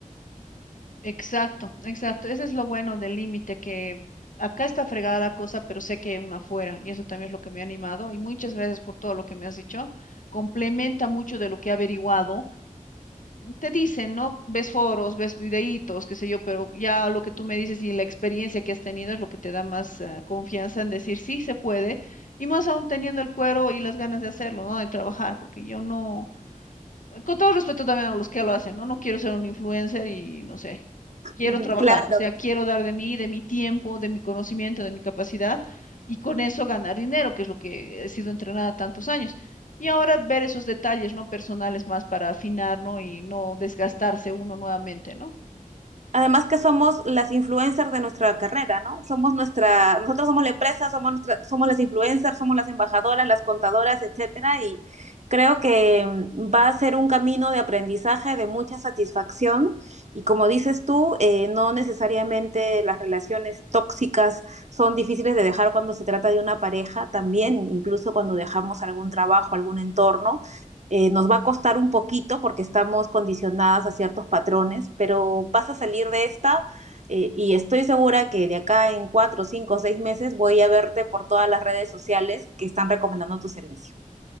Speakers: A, on the left; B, on the right.
A: Exacto, exacto. Ese es lo bueno del límite, que acá está fregada la cosa, pero sé que hay una afuera, y eso también es lo que me ha animado. Y muchas gracias por todo lo que me has dicho. Complementa mucho de lo que he averiguado. te dicen, ¿no? Ves foros, ves videitos, qué sé yo, pero ya lo que tú me dices y la experiencia que has tenido es lo que te da más eh, confianza en decir sí se puede, y más aún teniendo el cuero y las ganas de hacerlo, ¿no? De trabajar, porque yo no, con todo respeto también a los que lo hacen, ¿no? No quiero ser un influencer y no sé, quiero
B: <laughs>
A: trabajar,
B: Claro,
A: o sea, quiero dar de mí, de mi tiempo, de mi conocimiento, de mi capacidad y con eso ganar dinero, que es lo que he sido entrenada tantos años. Y ahora ver esos detalles, ¿no? Personales más para afinar, ¿no? Y no desgastarse uno nuevamente, ¿no?
B: Además que somos las influencers de nuestra carrera, ¿no? Somos nuestra, nosotros somos la empresa, somos nuestra, somos las influencers, somos las embajadoras, las contadoras, etcétera, y creo que mm, va a ser un camino de aprendizaje, de mucha satisfacción, y como dices tú, eh, no necesariamente las relaciones tóxicas son difíciles de dejar cuando se trata de una pareja, también incluso cuando dejamos algún trabajo, algún entorno, eh, nos va a costar un poquito porque estamos condicionadas a ciertos patrones, pero vas a salir de esta eh, y estoy segura que de acá en cuatro, cinco, seis meses voy a verte por todas las redes sociales que están recomendando tu servicio.